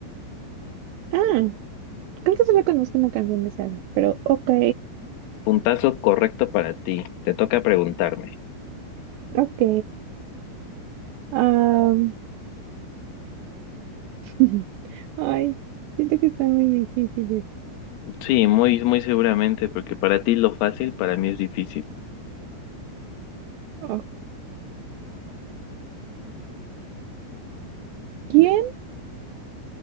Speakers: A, on the right; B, on the left.
A: Ah, creo que solo conozco una canción de Sara, pero ok,
B: Puntazo correcto para ti. Te toca preguntarme.
A: ok. Ah, <laughs> ay, siento que está muy difícil.
B: Sí, muy, muy seguramente, porque para ti lo fácil, para mí es difícil.
A: Ok. ¿Quién